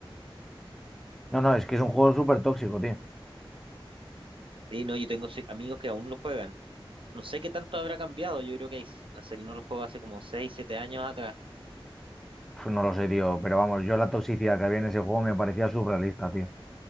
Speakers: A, in the centre; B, on the right.
A: No, no, es que es un juego súper tóxico, tío.
B: Sí, no, yo tengo sí, amigos que aún lo juegan. No sé qué tanto habrá cambiado. Yo creo que hace- no los juegos hace como seis siete años atrás.
A: Pues no lo sé, tío, pero vamos, yo la toxicidad que había en ese juego me parecía surrealista, tío.